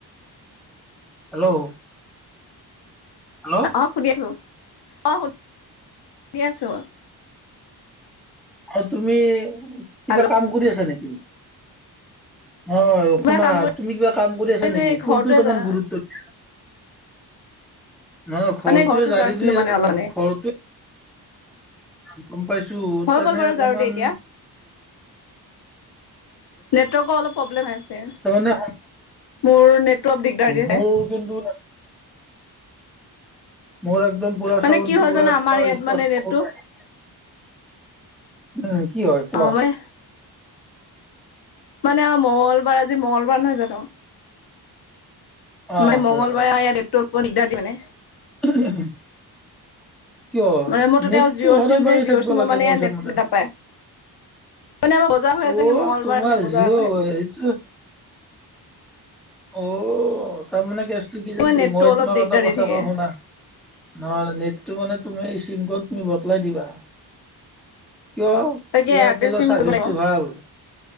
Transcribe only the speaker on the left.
অ', শুনি আছো। অ', শুন- আছো।
হেল্ল'
কিবা
কাম কৰি
যে
ঘৰটোৱে
মানে ঘৰটো
জাৰিছিলো
মানে অলপমানে
হৈ
গ'ল বাৰু
জাৰোতে এতিয়া নেটৱৰ্কৰ অলপ প্ৰব্লেম হৈ আছে।
মোৰ নেটৱৰ্ক দিগদাৰ দি
আছে।
মানে
কি হয়
জানা আমাৰ
ইয়াত
মানে নেটটো
অ মানে মানে অ', মঙলবাৰ আজি মঙলবাৰ নহয় জানো?
মানে
মঙগলবাৰে
ইয়াত নেটৱৰ্কটো দিগদাৰ দিয়ে মানে?
মানে মোৰ তাতে
জিঅ'ৰ
চিম
যে জিঅ'ৰ
চিমৰ
মানে
ইয়াত
নেট
নাপায় মানে আমাৰ বজাৰ হৈ
আছে মঙ্গলবাৰ
মানে বজাৰ
বহে
নেটটো
অলপ
দিগদাৰ
দি থাকে
তাকে
এয়াৰটেল চিম
কৰিব লাগিব